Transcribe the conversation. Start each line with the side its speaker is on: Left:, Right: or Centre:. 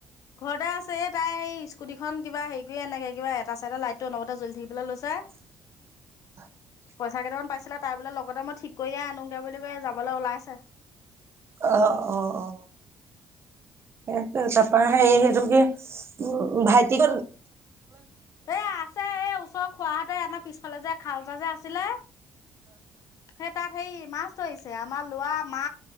Left: ঘৰতে আছে এ তাই সেই স্কুটিখন কিবা হেৰি কৰিয়ে আনেগে কিবা এটা চাইডৰ লাইটটো অনবৰতে জ্বলি থাকিবলৈ লৈছে।
Right: হ <unintelligible>
Left: পইচা কেইটামান পাইছিলে তাই বোলে লগতে মই ঠিক কৰিয়ে আনোগে বুলি কৈ যাবলৈ ওলাইছে।
Right: অ অ অ সেইটো তাৰপৰা সেইতুকে উ ভাইটিক
Left: এ আছে এ ওচৰৰ খোৱাহতে আমাৰ পিছফালে যে খাল এটা যে আছিলে,, সেই তাত সেই মাছ ধৰিছে আমাৰ লৰা মা